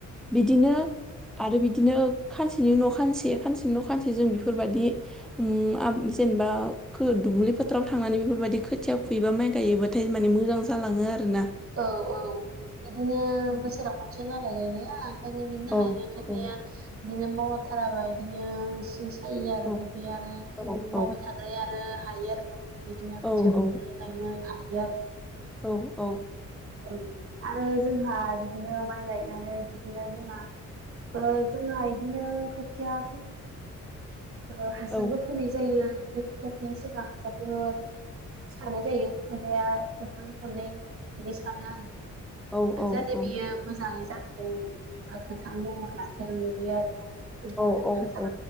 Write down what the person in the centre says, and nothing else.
बिदिनो आरो बिद बिदिनो खानसेनि उनाव खानसे खानसेनि उनाव खानसे जों बेफोरबायदि उम आ जेनेबा खो दुब्लि फोथाराव थांनानै बेफोरबायदि खोथिया खुयोबा माइ गायोबाथाय माने मोजां जालाङो आरो ना।
औ
औ
औ
औ औ
औ
औ
औ औ
औ
औ
औ
औ
औ
औ
औ